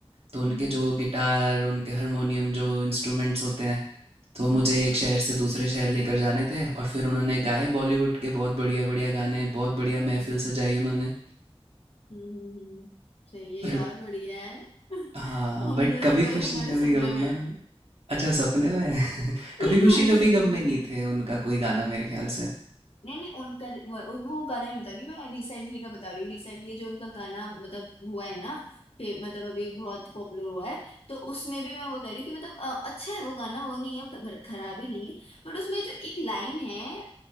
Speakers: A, on the right (about 70°); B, on the left (about 70°).
A: तो उनके
B: हम्म
A: जो गिटार उनके हारमोनियम जो इंस्ट्रूमेंट्स होते हैं तो
B: हम्म
A: मुझे
B: हम्म हम्म,
A: एक शहर से दूसरे शहर लेकर जाने थे और फिर उन्होंने गाए बॉलीवुड के बहुत बढ़िया बढ़िया गाने बहुत बढ़िया महफिल
B: हम्म,
A: सजाई उन्होंने
B: हम्म, हम्म, हम्म। सही है
A: पर
B: यार बढ़िया है <laughs>
A: हाँ
B: हम
A: बट
B: तो
A: कभी
B: हमें
A: खुशी
B: तो हमारे
A: कभी
B: सपने
A: गम
B: में है
A: ना अच्छा सपने में <laughs>
B: <laughs>
A: कभी खुशी
B: हम
A: कभी
B: तो सपनों
A: गम
B: में
A: में
B: मिलते
A: नहीं
B: हैं।
A: थे उनका कोई गाना मेरे ख्याल से
B: नहीं नहीं उनका वो वो गाना नहीं बता रही मैं रिसेंटली का बता रही हूँ रिसेंटली जो उनका गाना मतलब हुआ है ना फे- मतलब अभी बहुत पॉपुलर हुआ है तो उसमें भी मैं वो कह रही हूँ कि मतलब अ, अच्छा है वो गाना वो नहीं है खर- खराब ही नहीं है बट उसमें जो एक लाइन है अ,